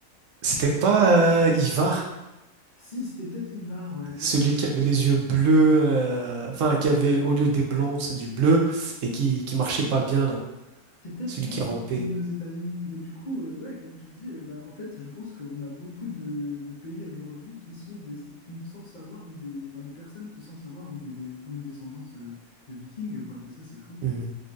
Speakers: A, on the right; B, on the left.
A: C'était pas euh, Ivar,
B: Si, c'était peut-être Ivar, ouais, peut-être.
A: celui qui avait les yeux bleus, euh, enfin qui avait au lieu des blonds, c'est du bleu et qui qui marchait pas bien là,
B: C'est peut-être
A: celui
B: lui
A: qui
B: qui
A: rampait.
B: finit aux États-Unis. Mais du coup, euh, ouais, comme tu dis, euh, bah, en fait, je pense qu'on a beaucoup de, de pays aujourd'hui qui sont des, qui nous semblent savoir ont des, enfin, de personnes qui semblent savoir ont des, des- ont une descendance euh, de Vikings, quoi. Et ça, c'est fou.
A: Mhm.